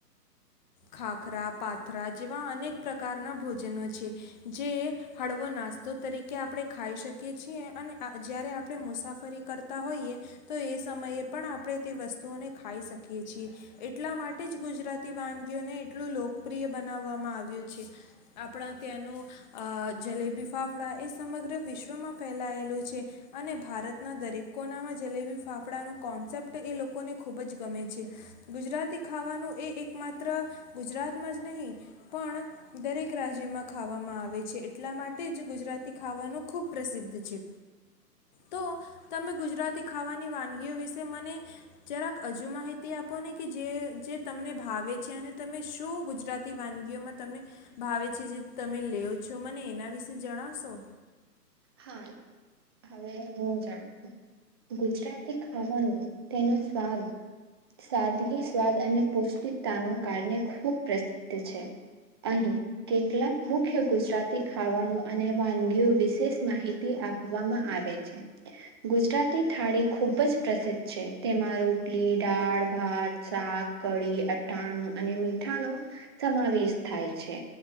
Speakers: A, on the left; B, on the right.
A: ખાખરા પાથરા જેવા અનેક પ્રકારના ભોજનો છે જે હળવો નાસ્તો તરીકે આપણે ખાઈ શકી છી. અને જ્યારે આપણે મુસાફરી કરતા હોઈએ તો એ સમયે પણ આપણે તે વસ્તુઓને ખાઈ શકીએ છીએ એટલા માટે જ ગુજરાતી વાનગીઓને એટલું લોકપ્રિય બનાવવામાં આવ્યું છે આપણા ત્યાંનું જલેબી ફાફડા એ સમગ્ર વિશ્વમાં ફેલાયેલા અને ભારતના દરેક કોનામાં જલેબી ફાફડાનો કોન્સેપ્ટ એ લોકોને ખૂબ જ ગમે છે ગુજરાતી ખાવાનું એ એક માત્ર ગુજરાતમાં જ નહીં પણ દરેક રાજ્યમાં ખાવામાં આવે છે એટલા માટે જ ગુજરાતી ખાવાનું ખૂબ પ્રસિદ્ધ છે. તો તમે ગુજરાતી ખાવાની વાનગીઓ વિશે મને જરાક હજુ માહિતી આપો ને કે જે તમને ભાવે છે અને તમે શું ગુજરાતી વાનગીઓમાં તમને ભાવે છે જે તમે લે છો મને એના વિશે જણાવશો.
B: હા હવે હું જાણ છું ગુજરાતી ખાવાનું તેનો સ્વાદ સાદગી સ્વાદ અને પૌષ્ટિકતા ન કારણે ખૂબ પ્રસિદ્ધ છે અહી કેટલાક મુખ્ય ગુજરાતી ખાવાનું અને વાનગીઓ વિશેષ માહિતી આપવામાં આવે છે ગુજરાતી થાળી ખૂબ જ પ્રસિદ્ધ છે તેમાં રોટલી, દાળ, ભાત, શાક, કઢીઅટાણું અને મીઠાનો સમાવેશ થાય છે